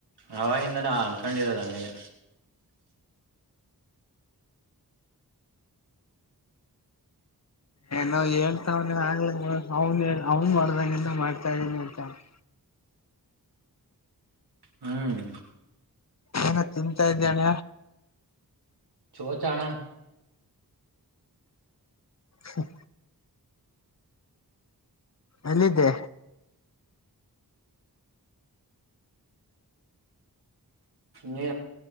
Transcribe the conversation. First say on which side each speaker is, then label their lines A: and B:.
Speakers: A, on the right; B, on the left.
A: ಅವವಾಗಿಂದನೇ ಅಂಕೊಂಡಿರೋದ ಹಂಗೆನೆ
B: ಏನೊ ಹೇಳ್ತಾವ್ನೆ ನೀ ಆಗ್ಲ ಅವ ಅವ್ನ್ ಮಾಡ್ದಗಿಂಧಾ ಮಾಡ್ತಾ ಇದ್ದೀನಿ ಆ ಹ <inaudible>
A: ಹ್ಮ್
B: ಏನ ತಿಂತಾ ಇದ್ದಾನ
A: ಚೋ ಚಾ ಣ
B: ಹ್ಮ ಎಲ್ಲಿದೆ?
A: ನೀ